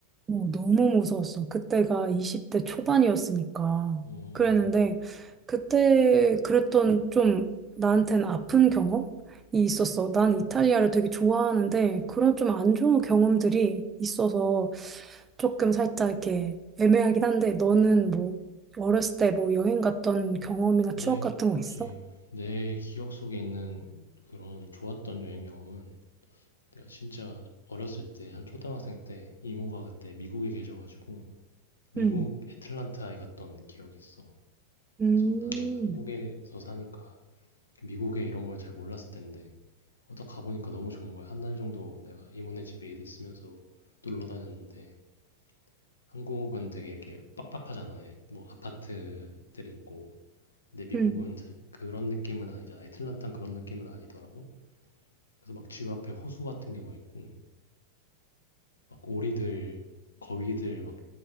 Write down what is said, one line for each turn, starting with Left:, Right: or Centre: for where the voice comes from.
Right: 어, 너무 무서웠어. 그때가 20대 초반이었으니까.
Left: 어.
Right: 그랬는데, 그때 그랬던 좀 나한테는 아픈 경험이 있었어. 난 이탈리아를 되게 좋아하는데, 그런 좀 안 좋은 경험들이 있어서 조금 살짝 이렇게 애매하긴 한데, 너는 뭐, 어렸을 때 뭐 여행 갔던 경험이나
Left: 내,
Right: 추억 같은 거
Left: 그지.
Right: 있어?
Left: 내 기억 속에 있는 그런 좋았던 여행 경험은 내가 진짜 어렸을 때, 한 초등학생 때, 이모가 그때 미국에 계셔가지고, 미국
Right: 응,
Left: 애틀란타에 갔던 기억이 있어.
Right: 음,
Left: 그래서 나는 한국에서 사니까, 미국에 이런 걸 잘 몰랐을 텐데, 어, 딱 가보니까 너무 좋은 거야. 한 달 정도 내가 이모네 집에 있으면서 놀러 다녔는데, 한국은 되게 이렇게 빡빡하잖아. 예, 뭐 아파트들 있고. 근데 미국은
Right: 음,
Left: 자- 그런 느낌은 아니잖아. 애틀란타는 그런 느낌은 아니더라고. 그래서 막 집 앞에 호수 같은 게 막 있고, 막 오리들, 거위들 막